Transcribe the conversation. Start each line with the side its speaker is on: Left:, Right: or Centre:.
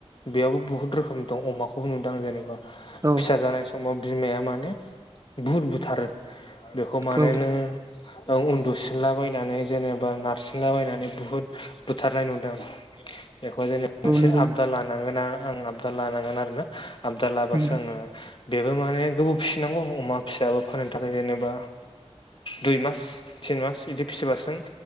Left: बेयावबो बहुत रोखोम दं अमाखौ नुदां आं जेनेबा
Right: औ
Left: जानाय समाव बिमाया माने बुहुद बुथारो बेखौ माने
Right: औ
Left: नों उन्दु सिनला बायनानै जेनेबा नारसिनला बायनानै बुहुत बुथारनाय नु बेखौ जेन
Right: औ
Left: मोनसे
Right: नंगौ
Left: आबदाल लानांगोन आं आपदाल लानांगोन आरोना आबदाल
Right: उम
Left: लाबासो आङो बेबो माने गोबाव फिसिनांगौ अमा फिसाबो फाननो थाखाय जेनेबा दुइ मास तिन मास बिदि फिसिबासो